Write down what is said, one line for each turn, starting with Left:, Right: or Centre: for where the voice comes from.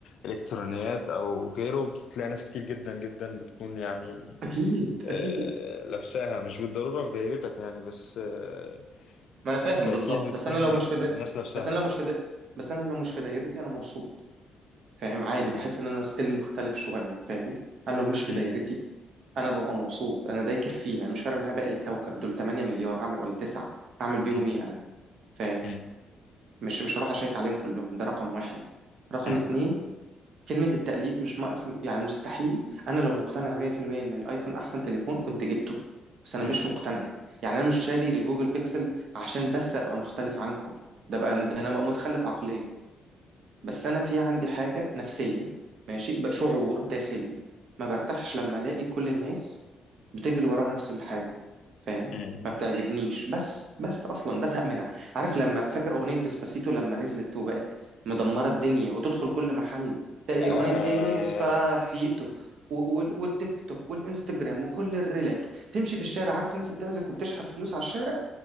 Left: الالكترونيات او غيره بتلاقي ناس كتير جدا جدا بتكون يعني
Right: اكيد
Left: آه،
Right: اكيد
Left: لابساها مش بالضرورة في دايرتك يعني بس آه،
Right: ما انا فاهم
Left: بس اكيد
Right: بالظبط
Left: بتكون
Right: بس انا لو مش
Left: آه،
Right: في د...
Left: الناس لابساها
Right: بس انا لو مش في د... بس انا لو مش في دايرتي انا مبسوط فاهم عادي
Left: مم.
Right: بحس ان انا ستيل مختلف شويه فاهم انا لو مش في
Left: مم.
Right: دايرتي انا ببقى مبسوط انا ده يكفيني انا مش فارق معايا باقي الكوكب دول 8 مليار هعمل ولا 9 هعمل بيهم
Left: مم.
Right: ايه انا فاهم
Left: مم.
Right: مش مش هروح اشيك عليهم كلهم ده رقم واحد رقم
Left: مم.
Right: اتنين كلمة التقليد مش ناقص يعني مستحيل انا لو مقتنع 100% ان الايفون احسن تليفون كنت جبته بس انا
Left: مم.
Right: مش مقتنع يعني انا مش شاري الجوجل بيكسل عشان بس ابقى مختلف عنكم ده بقى ده انا بقى متخلف عقليا بس انا في عندي حاجه نفسيه ماشي بقى شعور داخلي ما برتاحش لما الاقي كل الناس بتجري ورا نفس الحاجه فاهم
Left: مم.
Right: ما بتعجبنيش بس بس اصلا بزهق منها عارف لما فاكر اغنيه ديسباسيتو لما نزلت وبقت مدمره الدنيا وتدخل كل محل تلاقي
Left: آه،
Right: اغنيه ديسباسيتو و- وال- والتيك توك والانستجرام وكل الريلات تمشي في الشارع عارف الناس اللي بتعزف وبتشحت فلوس على الشارع